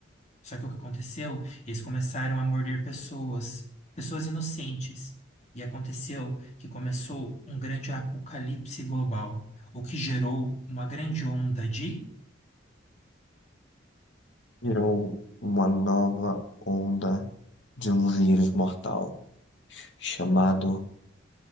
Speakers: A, on the left (about 35°); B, on the left (about 65°).
A: Só que o que aconteceu? Eles começaram a morder pessoas, pessoas inocentes. E aconteceu que começou um grande apocalipse global, o que gerou uma grande onda de.
B: Virou uma nova onda de um vírus mortal chamado